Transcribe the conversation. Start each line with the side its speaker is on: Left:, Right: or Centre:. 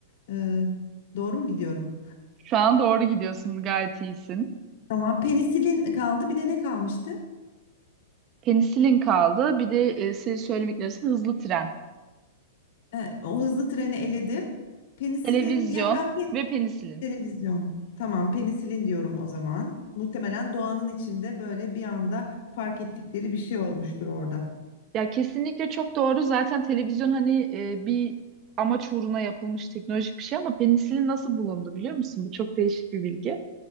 Left: E, doğru mu gidiyorum?
Right: Şu an doğru gidiyorsun, gayet iyisin.
Left: Tamam penisilin kaldı bir de ne kalmıştı?
Right: Penisilin kaldı. Bir de e, senin söylemeklerin hızlı tren,
Left: E, o hızlı treni eledim. Penisilin
Right: televizyon
Left: ya ben pe-
Right: ve penisilin.
Left: televizyon. Tamam penisilin diyorum o zaman. Muhtemelen doğanın içinde böyle bir anda fark ettikleri bir şey olmuştur orada.
Right: Ya kesinlikle çok doğru. Zaten televizyon hani e, bir amaç uğruna yapılmış teknolojik bir şey ama penisilin nasıl bulundu biliyor musun? Bu çok değişik bir bilgi.